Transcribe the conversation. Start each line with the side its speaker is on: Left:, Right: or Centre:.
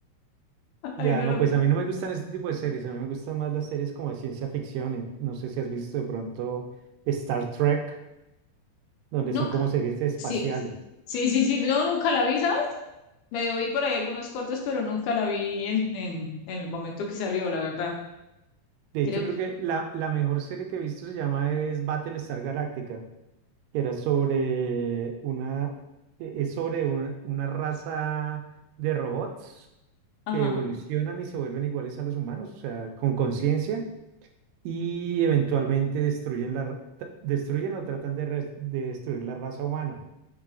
Left: <laughs>
Right: Ya,
Left: Ay, no,
Right: no,
Left: no,
Right: pues a mí no me gustan este tipo de series, a mí me gustan más las series como de ciencia ficción. eh, No sé si has visto de pronto Star Trek, donde
Left: nunca,
Right: son como series espaciales.
Left: sí, sí, sí, sí, no, nunca la vi, ¿sabes? Medio vi por ahí algunos cortos, pero nunca la vi en, en, en el momento que salió, la verdad.
Right: De
Left: Creo
Right: hecho, creo
Left: que,
Right: que la, la mejor serie que he visto se llama es Battlestar Galactica, que era sobre una, e- es sobre un- una raza de robots
Left: ajá,
Right: que evolucionan y se vuelven iguales a los humanos, o sea, con conciencia y eventualmente destruyen la, ra- tra- destruyen o tratan de, res- de destruir la raza humana.